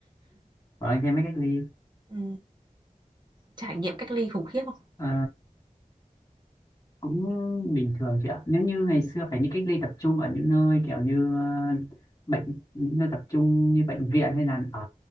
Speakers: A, on the left; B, on the right.
A: ở trên mấy cách ly
B: Ừ. Trải nghiệm cách ly khủng khiếp không?
A: Ờ, cũng bình thường chị ạ nếu như ngày xưa phải đi cách ly tập trung ở những nơi kiểu như ờ, bệnh những nơi tập trung như bệnh viện hay là ở